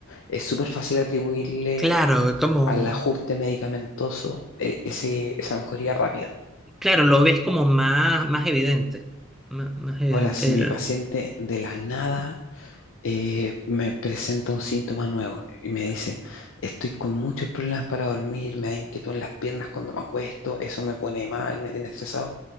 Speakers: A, on the left; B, in the centre.
A: es súper fácil atribuirle
B: claro, es como,
A: al ajuste medicamentoso, eh, ese- esa mejoría rápida.
B: claro, lo ves como más, más evidente, más, más evidente
A: Ahora, si mi
B: el...
A: paciente de la nada eh, me presenta un síntoma nuevo y me dice, estoy con muchos problemas para dormir, me da inquietud en las piernas cuando me acuesto, eso me pone mal, me tiene estresado